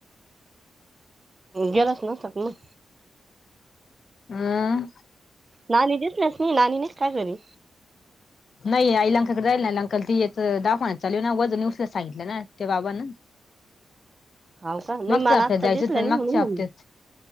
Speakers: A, on the right (about 30°); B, on the left (about 60°).
A: गेलास ना आता मंग.
B: हम्म
A: नानी दिसल्यास नाही, नाणी नाहीत काय घरी?
B: नाही आई लंकाकडे जाईल ना लंकाला ती याचं दवाखान्यात चालू आहेना. वजन नाही उचलायला सांगितलं ना ते बाबान.
A: हाव का नाही
B: मागच्या
A: मला
B: हपत्यात
A: आत्ता
B: जायचं
A: दिसल्या
B: होतं,
A: नाही
B: मागच्या
A: म्हणून म्हणलं
B: हपत्यात.